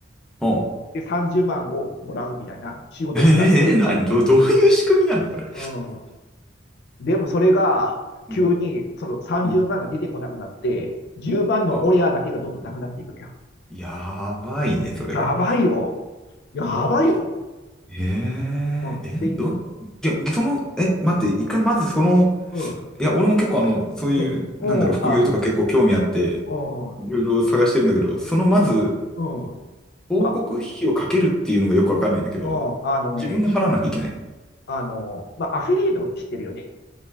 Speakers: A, in the centre; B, on the left.
A: ほう。
B: で、30万をもらうみたいな仕事をしてたんですよ。
A: えええ何ど、どういう仕組みなのそれ。
B: うん。でもそれが急にその30万が出てこなくなって、
A: うん。うん。
B: 10万のオレアだけがどんどんなくなっていくのよ。
A: ああ、やばいね、それは。
B: やばいよ。やばいよ。
A: えええ、
B: うん、で、
A: ど、ぎゃ、その、え、待って、一回まずその、
B: うん、
A: いや、俺も結構あの、そういう、
B: うん、うん、
A: なんだろう、副業とか結構興味あって、
B: あ、うん、う
A: いろいろ探してるんだけど、そのまず、
B: ん、うん。
A: 広告費をかけるっていうのがよくわかんないんだけど、
B: まあ、うん、あのね、
A: 自分が払わなきゃいけないの。
B: あの、まあ、アフィリエイト知ってるよね。